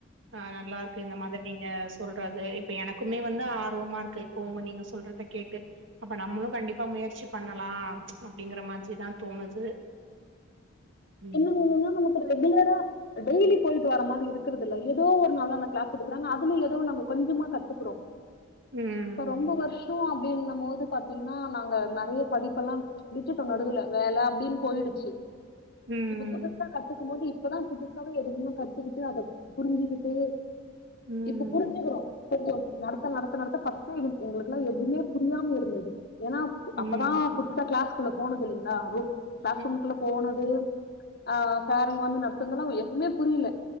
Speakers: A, on the right (about 70°); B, on the left (about 50°).
A: ஆஹ் நல்லா இருக்கு இந்த மாதிரி நீங்க சொல்றது இப்ப எனக்குமே வந்து ஆர்வமா இருக்கு இப்ப உங்க நீங்க சொல்றத கேட்டு அப்ப நம்மளும் கண்டிப்பா முயற்சி பண்ணலாம் அப்படிங்கற மாரி வச்சுதான் தோணுது ம்
B: என்ன வேணும்னா நமக்கு ரெகுலரா டெய்லி போயிட்டு வர மாதிரி இருக்கறதில்ல ஏதோ ஒரு நாள் அந்த கிளாஸ் எடுக்கறாங்க அதுலய ஏதோ நாங்க கொஞ்சமா கத்துக்கறோம்
A: ம்
B: இப்ப ரொம்ப வருஷம் அப்பிடின்னா இருக்குபோது பாத்தீங்கன்னா நாங்க நிறைய படிப்பெல்லாம் விட்டுட்டோம் நடுவுல வேலை அப்படின்னு போயிடுச்சு
A: ம்
B: இப்ப புதுசா கத்துக்கும் போது இப் இப்போதான் புதுசாவே எதுமே கத்துக்கிட்டு அதை புரிஞ்சிக்கிட்டு
A: ம் ம்
B: இப்ப புரிஞ்சுக்கிறோம் கொஞ்சம் நடத்த நடத்த நடத்த பஸ்ட் எங்களுக்குெல்லாம் எதுவுமே புரியாம இருந்தது ஏன்னா
A: ம்.
B: அப்பதான் புதுசா கிளாஸ் ரூம்குல்ல போனது இல்லிங்களா அப்டி கிலாஸ்ரூமுக்குள்ள
A: ம்.
B: போனது ஆஹ் சாருங்க வந்து நடத்துங்கல்லா உயில் எதுவுமே புரியல